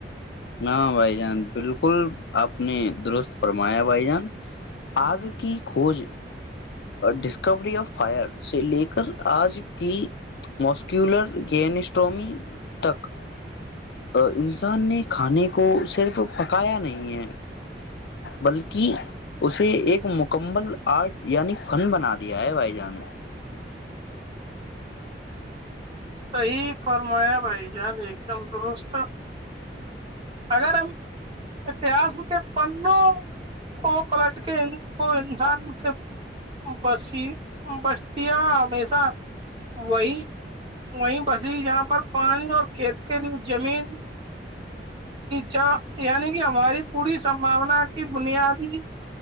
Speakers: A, on the left; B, on the right.
A: نہ بھائی جان بالکل آپ نے درست فرمایا بھائی جان آگ کی کھوج ڈسکوری آف فائر سے لے کر آج کی موسکیولر گسٹمی تک انسان نے کھانے کو صرف پکایا نہیں ہے بلکہ اسے ایک مکمل آرٹ یعنی فن بنا دیا ہے بھائی جان
B: صحیحی فرمایا بھائی جان ایک دم دوست تو اگر ہم اتہس کے پنوں کو پلٹ کے ان کو انسان کے بسی بستیاں ہمیشہ وہی وہی بسی جہاں پر پانی اور کھیت کے لیے زمین ج یعنی کہ ہماری پوری سمباونا کی بنیادی